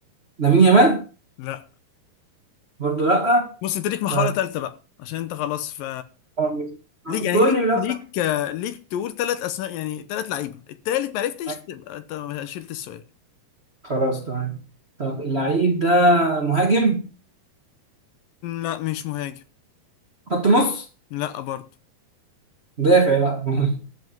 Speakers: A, on the right; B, on the left.
A: لامين يامال
B: لا
A: برضه لا
B: بص انت ليك محاولة
A: طيب
B: ثالثة بقى عشان انت خلاص ف
A: آه،
B: ليك يعني
A: كنت تقول
B: ليك
A: لي
B: ليك ليك تقول ثلاث اسماء يعني ثلاث لعيبة التالت ما عرفتش
A: لا
B: تبقى انت شلت السؤال
A: خلاص تمام طب اللعيب ده مهاجم
B: لا مش مهاجم
A: خط نص
B: لا برضه
A: مدافع بقى <laughs>